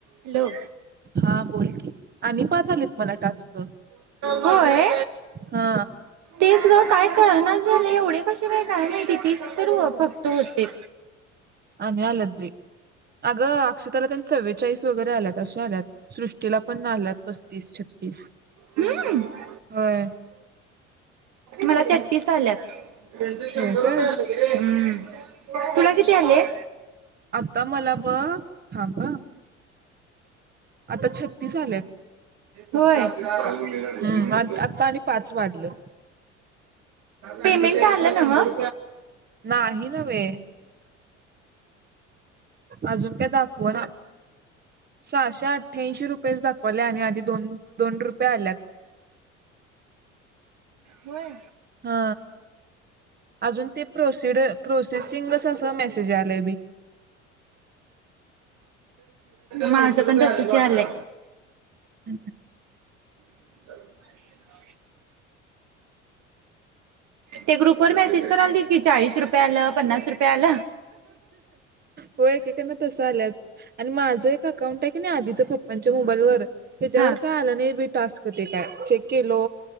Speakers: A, on the right; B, on the right.
A: हॅलो
B: हा बोल की. आणि पाच आलेतं मला. टास्क
A: होय
B: हा
A: तेच ग काय कळेना झाले एवढे कसे काय. काय माहिती तीस तर फक्त होते.
B: आणि आल्यात बाई अग. <unintelligible> चाळीस वगैरे आल्यात अशे आल्यात सृष्टीला. पण आलात पस्तीस छत्तीस.
A: हम्म
B: होय.
A: मला तैतीस आल्यात. हम्म.
B: होय का
A: तुला किती आलेय.
B: आता मला बघ. थांब. आता छत्तीस आलेत
A: होय हम
B: हम्म आत- आता आणि पाच वाढलं
A: पेमेंट आलं नव्ह
B: नाही नव्हे अजून काय दाखवना सहाशे अठठ्याऐंशी रुपयच दाख.. वालय आणि आधी दोन दोन रुपये आल्यात.
A: होय
B: हा अजून ते.. प्रोसिड प्रोसेसिंगच असं मेसेज आलाय बी
A: माझं पण तसच यालंय
B: हम्
A: <inaudible> ते ग्रुप वर मेसेज करालती कि चाळीस रुपय आल, पन्नास रुपय आल.
B: हो एकेकांना तस आल्यात, आणि माझं एक अकाउंट आहे का नाही आधीच्या पप्पांच्या मोबाईलवर त्याच्यावर
A: हा
B: काय आलं नाही बी टास्क ते काय चेक.. केलो